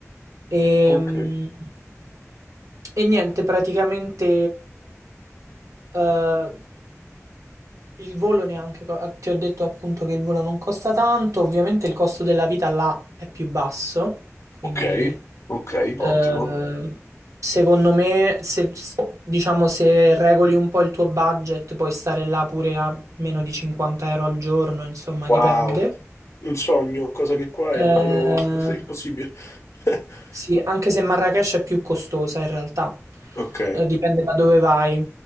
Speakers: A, on the right; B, on the left.
A: Ehm,
B: ok.
A: E, niente, praticamente eh, il volo neanche, co- ah, ti ho detto appunto che il volo non costa tanto, ovviamente il costo della vita là è più basso, quindi
B: Ok, ok,
A: eh,
B: ottimo.
A: secondo me se, s- diciamo, se regoli un po' il tuo budget puoi stare là pure a meno di 50 euro al giorno, insomma
B: Wow,
A: dipende.
B: un sogno, cosa che qua è davvero
A: Eh,
B: <laughs> impossibile. <laughs>
A: sì, anche se Marrakech è più costosa in realtà,
B: Ok,
A: Eh, dipende da dove vai.